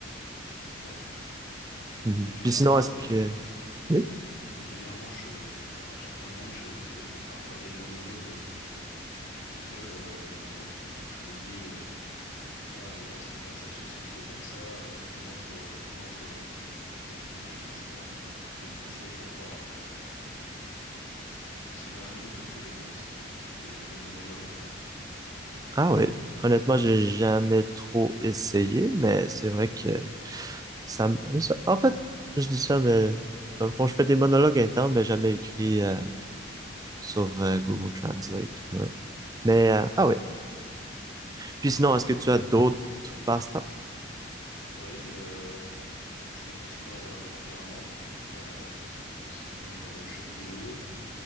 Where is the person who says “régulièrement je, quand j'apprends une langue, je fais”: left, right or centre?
Left